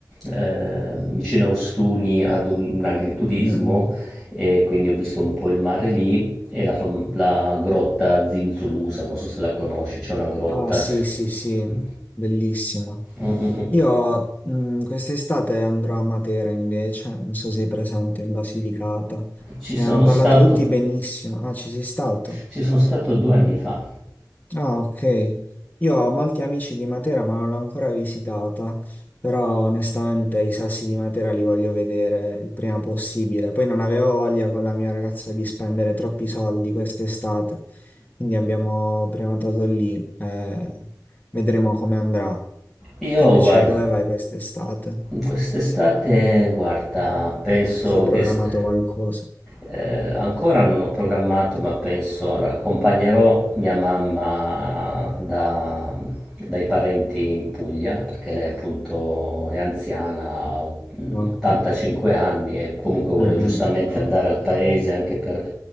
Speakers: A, in the centre; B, on the left (about 25°).
A: eh, vicino a Ostuni ad un agriturismo
B: Mm, mm.
A: e quindi ho visto un po' il mare lì e la, fam- la grotta Zinzulusa, non so se la conosci, c'è una grotta.
B: Ah, sì, sì, sì,
A: Mm,
B: bellissimo.
A: mm, mm. mm.
B: Io mh, quest'estate andrò a Matera invece, non so se sei presente in Basilicata. Me
A: Ci sono
B: ne hanno parlato
A: stato,
B: tutti benissimo. Ah, ci sei stato?
A: ci sono stato due
B: Mm.
A: anni fa.
B: Ah, ok. Io ho molti amici di Matera, ma non l'ho ancora visitata, però onestamente i sassi di Matera li voglio vedere il prima possibile. Poi non avevo voglia con la mia ragazza di spendere troppi soldi quest'estate, quindi abbiamo prenotato lì. eh, vedremo come andrà.
A: Io,
B: Tu invece
A: guarda,
B: dove vai quest'estate?
A: Quest'estate, guarda, penso
B: Sei programmato
A: che st-
B: qualcosa?
A: eh, ancora non ho programmato, ma penso, allora, accompagnerò mia mamma da- dai parenti in Puglia, perché lei appunto è anziana, ha
B: Ok.
A: 85 anni e comunque vuole
B: Mm-mm.
A: giustamente andare al paese anche per